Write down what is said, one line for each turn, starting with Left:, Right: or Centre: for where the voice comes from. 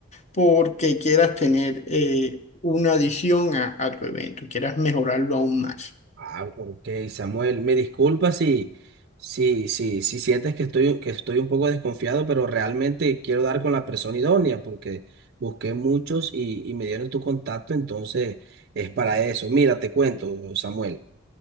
Left: porque quieras tener eh, una adición a, a tu evento, quieras mejorarlo aún más.
Right: Ah, ok, Samuel, me disculpa si, si, si, si sientes que estoy, que estoy un poco desconfiado, pero realmente quiero dar con la persona idónea porque busqué muchos y, y me dieron tu contacto, entonces es para eso. Mira, te cuento, Samuel.